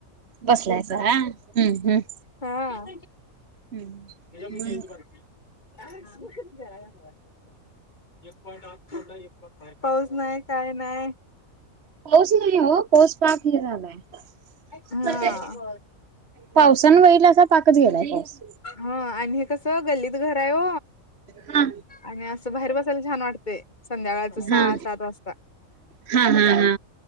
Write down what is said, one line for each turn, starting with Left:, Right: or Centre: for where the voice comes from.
Right: बसलायसां हं हम्म हम्
Left: हां.
Right: हम्म
Left: <unintelligible>
Right: मग
Left: पाऊस नाही काय नाही
Right: पाऊस नाही हो पाोस पाक हे झालाय
Left: हा
Right: पावसान वईल असा पाकच गेलाय पाऊस
Left: ह आणि हे कसं गल्लीत घर आहे हो
Right: हा
Left: आणि असं बाहेर बसायला छान वाटते संध्याकाळच सहा
Right: हा
Left: सात वाजता
Right: हा हा हा